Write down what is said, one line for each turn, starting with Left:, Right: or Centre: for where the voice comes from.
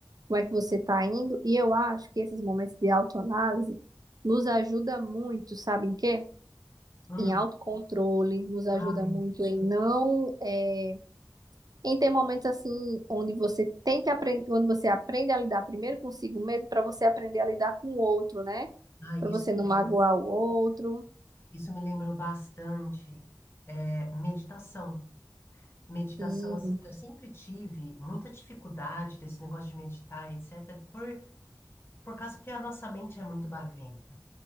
Right: como é que você está indo. E eu acho que esses momentos de autoanálise nos ajuda muito, sabe em quê?
Left: uhum.
Right: Em autocontrole, nos ajuda
Left: Ai,
Right: muito em não é, em ter momentos assim onde você tem que aprender, onde você aprende a lidar primeiro consigo mesmo para você aprender a lidar com o outro, né?
Left: ai,
Right: para
Left: isso
Right: você
Left: me
Right: não
Left: lembrou.
Right: magoar o outro.
Left: Isso me lembrou bastante, eh, meditação. Meditação,
Right: Sim.
Left: assim, eu sempre tive muita dificuldade desse negócio de meditar, etc., por, por causa que a nossa mente é muito barulhenta.